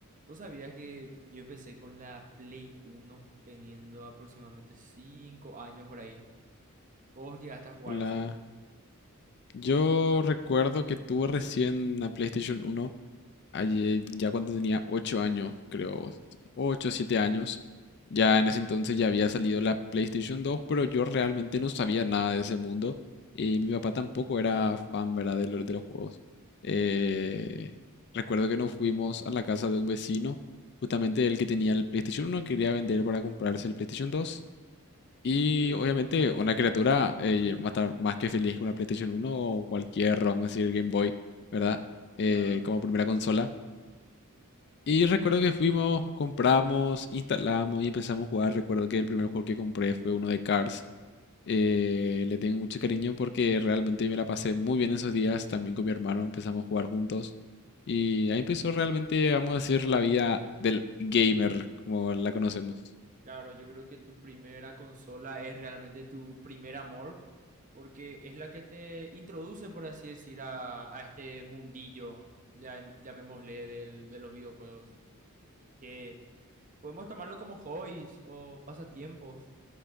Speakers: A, on the right; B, on the left.
A: ¿Vos sabías que yo empecé con la Play uno teniendo aproximadamente 5 años por ahí? ¿Vos llegaste a jugar
B: La...
A: ese?
B: Yo recuerdo que tuve recién la PlayStation uno allí ya cuando tenía 8 años, creo, 8 o 7 años. Ya en ese entonces ya había salido la PlayStation dos, pero yo realmente no sabía nada de ese mundo. Y mi papá tampoco era fan, ¿verdad? De, lo- de los juegos. Eh, recuerdo que nos fuimos a la casa de un vecino, justamente el que tenía el PlayStation uno quería vender para comprarse el PlayStation dos. Y
A: Sí,
B: obviamente una criatura eh, va a estar más que feliz con una PlayStation uno o cualquier, vamos a decir, Game Boy, ¿verdad? Eh,
A: claro.
B: como primera consola. Y recuerdo que fuimos, compramos, instalamos y empezamos a jugar. Recuerdo que el primer juego que compré fue uno de Cars. Eh, le tengo mucho cariño porque realmente me la pasé muy bien esos días. También con mi hermano empezamos a jugar juntos. Y ahí empezó realmente, vamos a decir, la vida del gamer, como la conocemos.
A: Claro, yo creo que tu primera consola es realmente tu primer amor, porque es la que te introduce, por así decir, a, a este mundillo, ya, llamémosle, del- de los videojuegos, que podemos tomarlo como hobbies o pasatiempos,